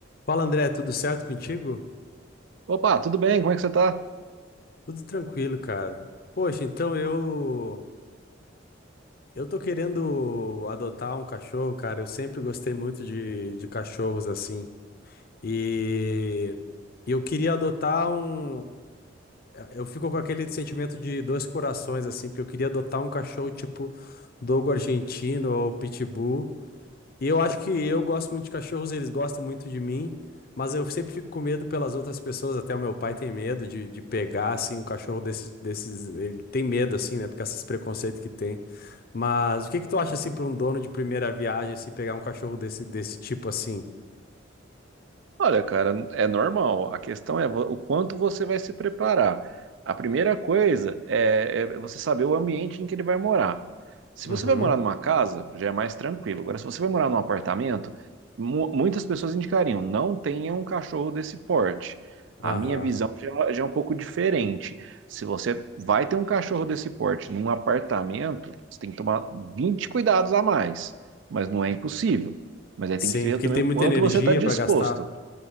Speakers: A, on the left; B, on the right.
A: Fala, André, tudo certo contigo?
B: Opa, tudo bem? Como é que você tá?
A: Tudo tranquilo, cara. Poxa, então eu eu tô querendo adotar um cachorro, cara. Eu sempre gostei muito de, de cachorros assim. E e eu queria adotar um eu fico com aquele sentimento de dois corações assim, porque eu queria adotar um cachorro tipo dogo argentino ou pitbull. Eu acho que eu gosto muito de cachorros, eles gostam muito de mim, mas eu sempre fico com medo pelas outras pessoas, até o meu pai tem medo de, de pegar, assim, um cachorro desse, desses, ele tem medo, assim, né, porque esses preconceitos que tem. Mas o que que tu acha, assim, para um dono de primeira viagem, assim, pegar um cachorro desse, desse tipo, assim?
B: Olha, cara, é normal. A questão é vo- o quanto você vai se preparar. A primeira coisa é, é você saber o ambiente em que ele vai morar. Se
A: Uhum,
B: você vai morar numa casa, já é mais tranquilo. Agora, se você vai morar num apartamento, mu- muitas pessoas indicariam, não tenha um cachorro desse porte. A
A: aham.
B: minha visão já, já é um pouco diferente. Se você vai ter um cachorro desse porte num apartamento, você tem que tomar 20 cuidados a mais, mas não é impossível. Mas aí
A: Sim,
B: tem que ver
A: porque
B: também
A: ele tem
B: o
A: muita
B: quanto
A: energia
B: você está disposto.
A: para gastar.